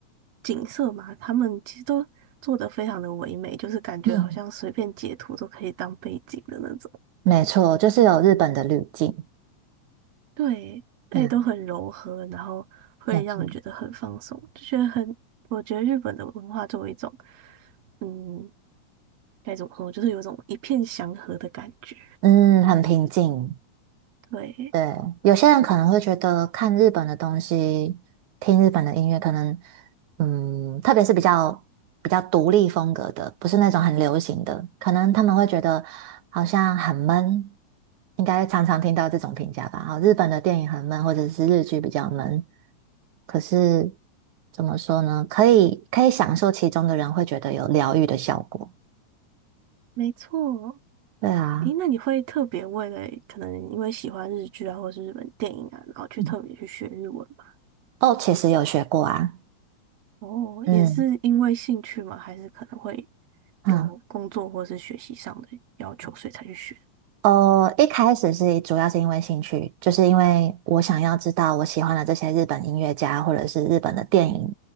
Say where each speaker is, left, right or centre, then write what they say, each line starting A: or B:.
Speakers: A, on the right; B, on the right.
A: 景色嘛，他们其实都做的非常的唯美，就是感觉好像随便截图都可以当背景的那种。
B: 嗯，没错，就是有日本的滤镜。
A: 对，而且都很柔和，
B: 对啊
A: 然后会让人觉得很放松，
B: 没错。
A: 就觉得很，我觉得日本的文化作为一种，嗯，该怎么说，就是有种一片祥和的感觉。
B: 嗯，很平静。
A: 对，
B: 对，有些人可能会觉得看日本的东西，听日本的音乐，可能嗯，特别是比较比较独立风格的，不是那种很流行的，可能他们会觉得好像很闷，应该常常听到这种评价吧。啊，日本的电影很闷，或者是日剧比较闷。可是怎么说呢？可以可以享受其中的人会觉得有疗愈的效果。
A: 没错。
B: 对啊，
A: 诶，那你会特别为了可能因为喜欢日剧啊，或是日本电影啊，然后去特别去学日文吗？
B: 嗯，哦，其实有学过啊，
A: 哦，
B: 嗯
A: 也是因为兴趣吗？还是可能会
B: 嗯。
A: 有工作或是学习上的要求，所以才去学？
B: 哦，一开始是主要是因为兴趣，就是因为我想要知道我喜欢的这些日本音乐家或者是日本的电影